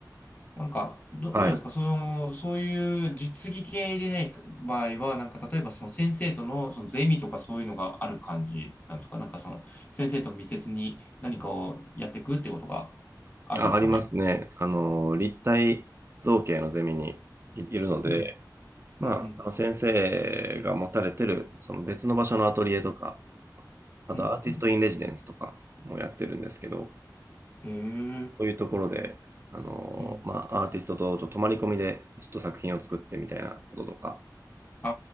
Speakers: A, on the left (about 25°); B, on the right (about 35°).
A: なんか、ど、
B: はい。
A: どうですかその、そういう実技系でない場合は、なんか、例えばその先生との、そのゼミとかそういうのがある感じなんですかなんかその、先生と密接に何かをやっていくってことがあるんですかね
B: あ、ありますね。あの、立体造形のゼミにいいるので、
A: うん。
B: まあ、
A: うん、
B: あの先生が持たれてる、その別の場所のアトリエとか、あとアーティストインレジデンスとかもやってるんですけど、
A: うん、うん、うん。へえ。
B: そういうところで、あの、
A: うん。
B: まあ、アーティストとちょっと泊まり込みでちょっと作品を作ってみたいなこととか、
A: あ